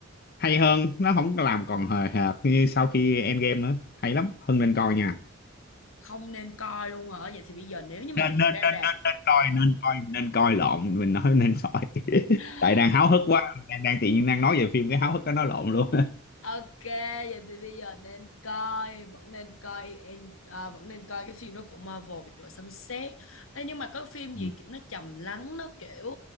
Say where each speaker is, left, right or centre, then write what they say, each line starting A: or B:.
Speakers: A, on the left; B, on the left.
A: hay hơn nó không có làm còn hời hợt như sau khi Endgame nữa hay lắm Hưng nên coi nha
B: Không nên coi luôn hả? Vậy thì bây giờ nếu như mà
A: nên
B: tụi
A: nên
B: mình ra
A: nên
B: rạp
A: nên nên
B: thì...
A: coi nên coi nên coi lộn mình nói nên coi <laughs>
B: <sighs>
A: tại đang háo hức quá đang, đang tự nhiên đang nói về phim cái háo hức cái nói lộn luôn
B: Ok, vậy thì bây giờ nên coi, vẫn nên coi em à, vẫn nên coi cái phim đó của Marvel biệt đội sấm sét. Ê, nhưng mà có phim gì
A: <laughs>
B: kiểu nó trầm lắng, nó kiểu